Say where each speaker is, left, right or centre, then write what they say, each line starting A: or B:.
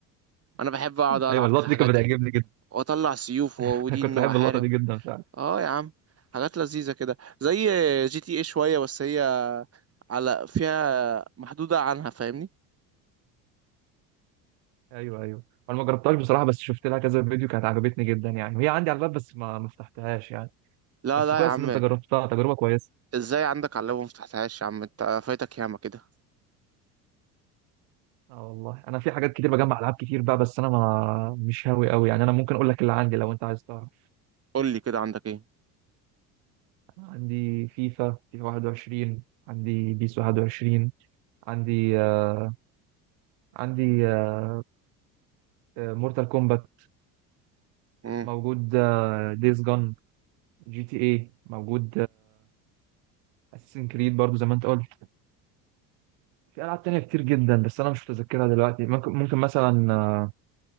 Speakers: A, on the right; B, on the right.
A: انا بحب اقعد العب
B: ايوه اللقطه
A: كده الحاجات
B: دي كانت
A: دي
B: بتعجبني جدا
A: واطلع سيوف
B: <laughs>
A: ودين
B: كنت
A: واحارب
B: بحب اللقطه دي جدا مش عارف
A: اه يا عم حاجات لذيذة كده زي جي تي ايه شوية بس هي على فيها محدودة عنها فاهمني
B: ايوه ايوه انا ما جربتهاش بصراحه بس شفت لها كذا فيديو كانت عجبتني جدا يعني وهي عندي على الباب بس ما ما فتحتهاش يعني
A: لا
B: بس
A: لا
B: كويس
A: يا عم
B: ان انت جربتها تجربه كويسه
A: ازاي عندك على اللاب مفتحتهاش يا عم انت فايتك ياما كده
B: اه والله انا في حاجات كتير بجمع العاب كتير بقى بس انا ما مش هاوي قوي يعني انا ممكن اقول لك اللي عندي لو انت عايز تعرف
A: قول لي كده عندك ايه
B: انا عندي فيفا فيفا 21 عندي بيس 21 عندي آه، عندي آه، آه، مورتال كومبات
A: امم
B: موجود ديز جون جي تي اي موجود اساسن كريد برضو زي ما انت قلت في العاب تانية كتير جدا بس انا مش متذكرها دلوقتي ممكن ممكن مثلا